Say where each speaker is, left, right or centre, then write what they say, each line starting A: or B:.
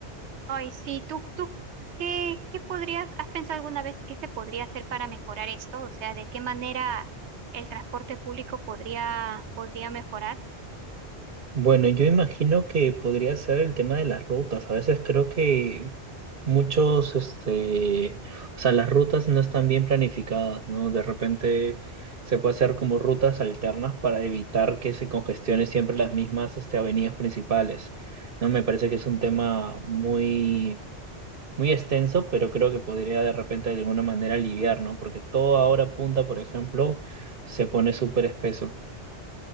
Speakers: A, on the right; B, on the right.
A: Ay, sí, tú, tú, ¿qué, qué podrías, has pensado alguna vez qué se podría hacer para mejorar esto? O sea, ¿de qué manera el transporte público podría, podría mejorar?
B: Bueno, yo imagino que podría ser el tema de las rutas. A veces creo que muchos, este, o sea, las rutas no están bien planificadas, ¿no? De repente se puede hacer como rutas alternas para evitar que se congestione siempre las mismas, este, avenidas principales, ¿no? Me parece que es un tema muy, muy extenso, pero creo que podría de repente de alguna manera aliviar, ¿no? Porque todo ahora punta, por ejemplo, se pone súper espeso.